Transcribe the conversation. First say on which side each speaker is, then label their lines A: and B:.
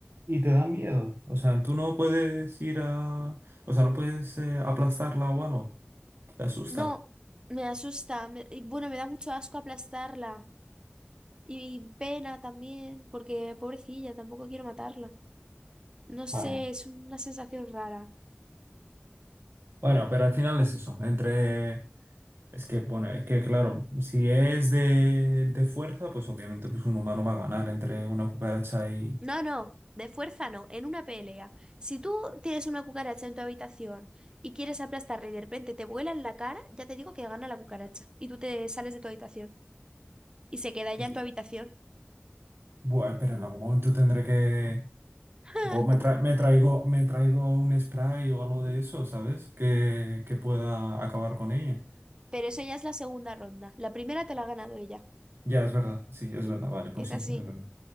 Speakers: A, on the right; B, on the right.
A: Y te da miedo. O sea, tú no puedes ir a... O sea, no puedes eh, aplastarla o algo. Te asusta.
B: No, me asusta. me- y bueno, me da mucho asco aplastarla. Y pena también, porque pobrecilla, tampoco quiero matarla. No sé,
A: Bueno,
B: es una sensación rara.
A: Bueno, pero al final es eso. Entre... Es que, bueno, es que claro, si es de, de fuerza, pues obviamente pues un humano va a ganar entre una cucaracha y...
B: No, no, de fuerza no, en una pelea. Si tú tienes una cucaracha en tu habitación y quieres aplastarla y de repente te vuela en la cara, ya te digo que gana la cucaracha. Y tú te sales de tu habitación. Y se queda ya
A: y-
B: en tu habitación.
A: Bueno, pero en algún momento tendré que...
B: <laughs>
A: pues, me, tra- me traigo, me traigo un spray o algo de eso, ¿sabes? Que, que pueda acabar con ella.
B: Pero eso ya es la segunda ronda. La primera te la ha ganado ella.
A: Ya, es verdad. Sí, es verdad. Vale, pues
B: Es
A: sí,
B: así.
A: es verdad.